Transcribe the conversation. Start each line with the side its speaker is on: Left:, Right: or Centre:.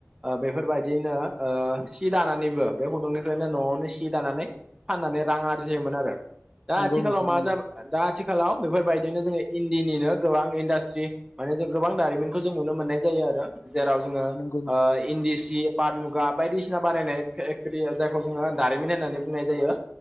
Right: ओ बेफोरबायदियैनो ओ सि दानानैबो बे खुन्दुंनिफ्रायनो नआवनो सि दानानै फान माने रां आरजियोमोन आरो दा
Left: नंगौ
Right: आथिखालाव
Left: नोंथां नंगौ
Right: मा जाबा दा आथिखालाव बेफोरबायदिनो जोङो इन्दिनिनो गोबां इन्डास्ट्रि आरो जों गोबां दारिमिनखौ जों नुनो मोन नाय जायो आरो जेराव जोङो
Left: नंगौ
Right: ओ इन्दि सि पाट मुगा बायदिसिना बानायनाय फेकट्रि जायखौ जोङो दारिमिन होननानै बुंनाय जायो।